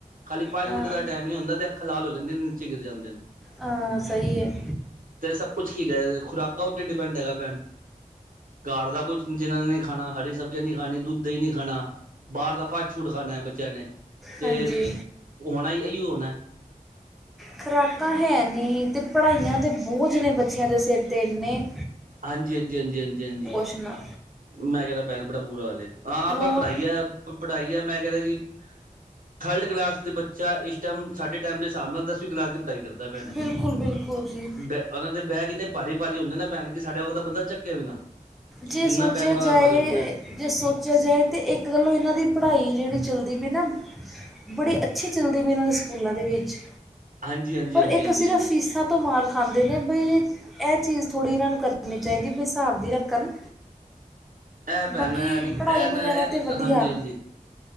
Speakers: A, on the right (about 75°); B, in the centre.
A: ਖਾਲੀ ਪੰਜ
B: ਹਾਂ
A: ਮਿੰਟ ਦਾ ਟਾਈਮ ਨੀ ਹੁੰਦਾ ਤੇ ਅੱਖਾਂ ਲਾਲ ਹੋ ਜਾਂਦੇ ਨੀਚੇ ਗਿਰ ਜਾਂਦੇ ਨੇ।
B: ਹਾਂ ਸਹੀ ਐ।
A: ਤੇ ਸਭ ਕੁਛ ਕੀ ਗਿਆ ਖੁਰਾਕ ਉੱਤੇ ਡਿਪੈਂਡ ਹੈਗਾ ਭੈਣ। ਘਰ ਦਾ ਕੁਝ ਜਿਹਨਾਂ ਨੇ ਖਾਣਾ ਹਰੀ ਸਬਜ਼ੀਆਂ ਨੀ ਖਾਣੀ ਦੁੱਧ ਦਈ ਨੀ ਖਾਣਾ, ਬਾਰ ਦਾ ਫਾਸਟਫੂਡ ਖਾਣਾ ਬੱਚਿਆਂ ਨੇ ਅਤੇ
B: ਹਾਂਜੀ
A: ਹੋਣਾ ਐਈਓ ਹੋਣਾ।
B: ਖੁਰਾਕਾਂ ਹੈ ਨੀ ਅਤੇ ਪੜ੍ਹਾਈਆਂ ਤਾਂ ਬੋਝ ਨੇ ਬੱਚਿਆਂ ਦੇ ਸਿਰ 'ਤੇ ਇੰਨੇ
A: ਹਾਂਜੀ-ਹਾਂਜੀ-ਹਾਂਜੀ-ਹਾਂਜੀ-ਹਾਂਜੀ।
B: ਪਿਛਲਾ
A: ਮੈਂ ਕਹਿੰਦਾ ਭੈਣ ਬੜਾ ਬੁਰਾ ਹਾਲ ਐ
B: ਹਾਂ
A: ਪਰ ਪੜ੍ਹਾਈ ਆ ਪੜ੍ਹਾਈ ਆ ਮੈਂ ਕਹਿੰਦਾ ਜੀ ਥਰਡ ਕਲਾਸ ਦੇ ਬੱਚਾ ਇਸ ਟਾਈਮ ਸਾਡੇ ਟਾਈਮ ਦੇ ਹਿਸਾਬ ਨਾਲ ਦਸਵੀਂ ਕਲਾਸ ਦੀ ਪੜ੍ਹਾਈ ਕਰ ਕਰਦੇ ਪਏ ਨੇ
B: ਬਿਲਕੁਲ ਬਿਲਕੁਲ ਜੀ
A: ਉਹਨਾਂ ਦੇ ਬੈਗ ਇੰਨੇ ਭਾਰੀ ਭਾਰੀ ਹੁੰਦੇ ਨਾ ਭੈਣ ਕਿ ਸਾਡੇ ਵਕਤ ਤਾਂ ਬੰਦਾ ਚੱਕੇ ਵੀ ਨਾ।
B: ਜੇ
A: ਜਿੰਨਾ
B: ਸੋਚਿਆ
A: ਬੈਗ ਉਹਨਾਂ ਦਾ
B: ਜਾਏ
A: ਭਾਰੀ ਹੁੰਦਾ
B: ਜੇ ਸੋਚਿਆ ਜਾਏ ਤਾਂ ਇੱਕ ਗੱਲੋਂ ਇਹਨਾਂ ਦੀ ਪੜ੍ਹਾਈ ਜਿਹੜੀ ਚੱਲਦੀ ਪਈ ਨਾ ਬੜੀ ਅੱਛੀ ਚੱਲਦੀ ਪਈ ਇਹਨਾਂ ਦੇ ਸਕੂਲਾਂ ਦੇ ਵਿੱਚ।
A: ਹਾਂਜੀ ਹਾਂਜੀ
B: ਪਰ
A: ਹਾਂਜੀ
B: ਇੱਕ
A: ਹਾਂਜੀ
B: ਸਿਰਫ
A: ਹਾਂਜੀ
B: ਫੀਸਾਂ ਤੋਂ ਮਾਰ ਖਾਂਦੇ ਨੇ। ਖਾਂਦੇ ਨੇ ਬਈ ਇਹ ਚੀਜ਼ ਥੋੜ੍ਹੀ ਇਹਨਾਂ ਨੂੰ ਕਰਨੀ ਚਾਹੀਦੀ ਵੀ ਕਿ ਹਿਸਾਬ ਦੀ ਰੱਖਣ।
A: ਇਹ ਭੈਣ
B: ਬਾਕੀ
A: ਐ ਨੀ
B: ਪੜ੍ਹਾਈ
A: ਇਹ
B: ਵਗੈਰਾ
A: ਨਾ
B: ਤਾਂ ਵਧੀਆ
A: ਹਾਂਜੀ ਹਾਂਜੀ।